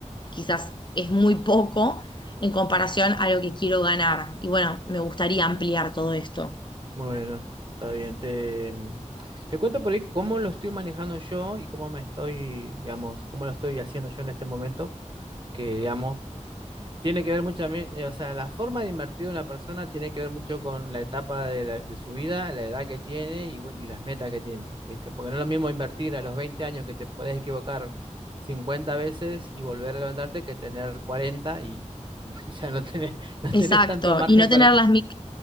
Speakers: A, on the left; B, on the right.
A: quizás es muy poco en comparación a lo que quiero ganar. Y bueno, me gustaría ampliar todo esto.
B: bueno, está bien. Te, Te cuento por ahí cómo lo estoy manejando yo y cómo me estoy, digamos, cómo lo estoy haciendo yo en este momento, que, digamos, Tiene que ver mucho también, eh, o sea, la forma de invertir de una persona tiene que ver mucho con la etapa de, la- de su vida, la edad que tiene y, bueno, y las metas que tiene, ¿viste? Porque no es lo mismo invertir a los 20 años que te podés equivocar 50 veces y volver a levantarte que tener 40 y <laughs> ya no tenés, <laughs> no
A: Exacto,
B: tenés tanto margen
A: y no
B: para
A: tener
B: que...
A: las mic-
B: <laughs>